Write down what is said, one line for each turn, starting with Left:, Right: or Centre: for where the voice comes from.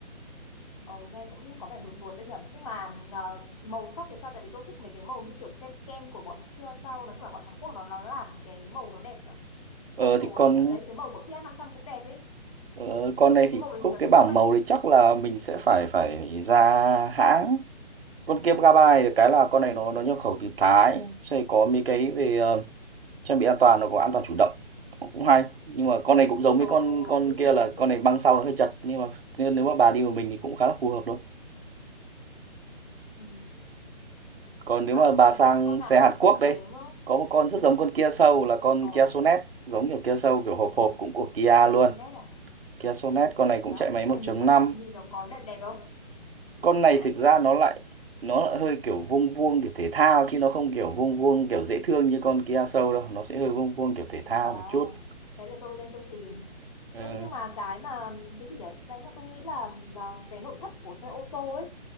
Left: Ờ, nghe cũng như có vẻ hướng nguồn đấy nhở nhưng mà ờ, màu sắc thì sao tại vì tôi thích mấy cái màu như kiểu kem kem của bọn kia sau nói chung là bọn Hàn Quốc nó nó làm cái màu nó đẹp kiểu
Right: ờ
Left: xong rồi
Right: thì con
Left: ờ, đấy cái màu của Kia trăm cũng đẹp ấy
Right: Ờ, con này
Left: mấy
Right: thì
Left: cái màu
Right: khúc
Left: đấy nhìn nó
Right: cái
Left: trông
Right: bảng
Left: nó tây
Right: màu
Left: ấy
Right: thì chắc là mình sẽ phải phải ra hãng con kia Gabby được cái là
Left: đấy
Right: con
Left: á
Right: này nó nó nhập khẩu từ Thái sẽ có mấy cái về ờ, trang bị an toàn nó có an toàn chủ động cũng hay nhưng mà con này cũng giống
Left: ờ,
Right: với con con
Left: tự
Right: kia
Left: nhiên
Right: là con
Left: tự...
Right: này băng sau nó hơi chật nhưng mà nên nếu mà bà đi một mình thì cũng khá là phù hợp thôi
Left: Ừ.
Right: còn
Left: Ơ, nhưng
Right: nếu
Left: mà
Right: mà bà sang
Left: có cái con nào
Right: xe
Left: mà
Right: Hàn
Left: nội
Right: Quốc
Left: thất nó
Right: đây
Left: giống
Right: có một con rất giống con Kia Soul là con
Left: ờ
Right: Kia Sonet giống kiểu Kia Soul kiểu hộp hộp cũng của Kia luôn
Left: Tonet à
Right: Kia Sonet con này
Left: thế
Right: cũng
Left: á
Right: chạy máy
Left: nhưng
Right: một
Left: mà nhìn
Right: chấm
Left: nó
Right: năm
Left: nhìn nó có đẹp đẹp không
Right: con này
Left: <laughs>
Right: thực ra nó lại nó lại hơi kiểu vuông vuông kiểu thể thao chứ nó không kiểu vuông vuông kiểu dễ thương như con Kia Soul đâu nó sẽ hơi vuông vuông kiểu thể thao
Left: Ờ,
Right: một chút
Left: đấy là tôi lên tôi tìm.
Right: Ờ,
Left: Đấy, nhưng mà cái mà cái gì nhở Cái mà tôi nghĩ là là cái nội thất của xe ô tô ấy